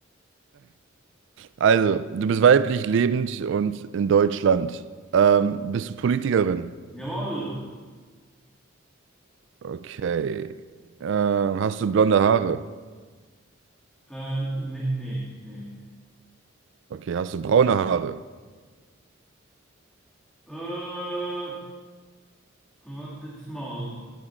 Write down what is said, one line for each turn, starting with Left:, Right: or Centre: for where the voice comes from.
Right: Also, du bist weiblich, lebend und in Deutschland. Ähm, bist du Politikerin?
Centre: Jawohl.
Right: Okay. Ähm, hast du blonde Haare?
Centre: Äh, nee, nee, nee.
Right: Okay. Hast du braune Haare?
Centre: Äh, wartet mal.